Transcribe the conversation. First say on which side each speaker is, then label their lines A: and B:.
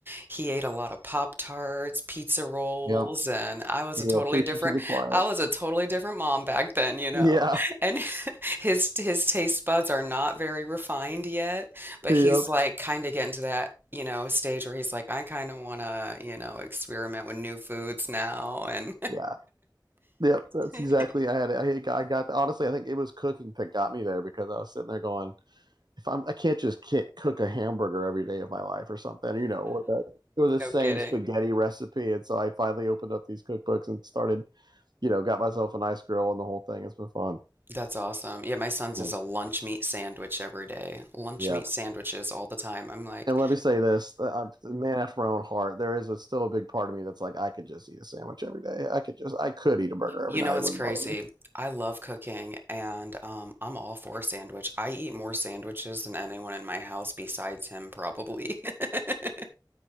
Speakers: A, on the right; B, on the right.
A: he ate a lot of Pop-Tarts, pizza rolls,
B: yep.
A: and I was
B: You
A: a totally
B: are preaching
A: different,
B: to the choir.
A: I was a totally different mom back then, you know.
B: Yeah,
A: And <laughs> his his taste buds are not very refined yet, but
B: yep,
A: he's like kind of getting to that, you know, stage where he's like, I kind of want to, you know, experiment with new foods now, and
B: yeah. Yep, that's
A: <laughs>
B: exactly. I had. I, I got. Honestly, I think it was cooking that got me there because I was sitting there going, if I'm, I can't just ki cook a hamburger every day of my life or something, you know, or the, or the same
A: no kidding.
B: spaghetti recipe. And so I finally opened up these cookbooks and started, you know, got myself a nice grill and the whole thing. It's been fun.
A: That's awesome. Yeah, my son's
B: Yeah.
A: is a lunch meat sandwich every day. Lunch
B: Yeah.
A: meat sandwiches all the time. I'm like,
B: And let me say this, uh, I'm, man after my own heart, there is a, still a big part of me that's like, I could just eat a sandwich every day. I could just, I could eat a burger every
A: you
B: night.
A: know, it's
B: It wouldn't
A: crazy.
B: bother me.
A: I love cooking and um, I'm all for a sandwich. I eat more sandwiches than anyone in my house besides him, probably. <laughs>